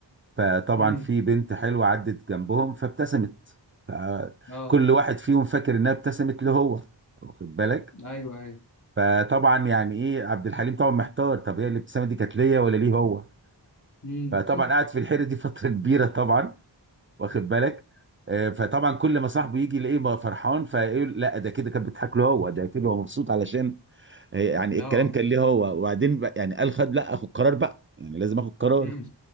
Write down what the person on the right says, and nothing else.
فطبعا
في بنت حلوه عدت جنبهم فابتسمت فكل
واحد فيهم فاكر انها ابتسمت له هو واخد بالك
فطبعا يعني ايه عبد الحليم طبعا محتار طب هي الابتسامه دي كانت ليا ولا ليه هو
فطبعا قعد في الحيره دي فتره كبيره طبعا واخد بالك آه، فطبعا كل ما صاحبه يجي يلاقيه بقى فرحان فيقول لا ده كده كان بيضحك له هو ده كده هو مبسوط علشان آه، يعني
الكلام كان ليه هو وبعدين بقى يعني قال خد لا اخد قرار بقى يعني لازم اخد قرار